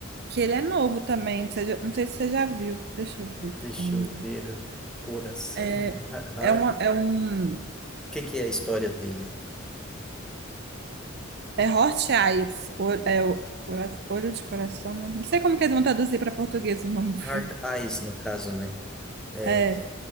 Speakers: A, on the right; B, in the centre.
A: Que ele é novo também. você já- Não sei se você já viu. Deixa eu ver
B: deixa
A: qual que é o nome
B: eu ver. Coração,
A: É,
B: Heart.
A: é, uma, é
B: O
A: um.
B: que que é a história dele?
A: É Heart Eyes. o- É o cora- Olho de Coração, né? Não sei como que eles vão traduzir para português o nome do filme.
B: Heart Eyes, no caso, né? É,
A: É.
B: é,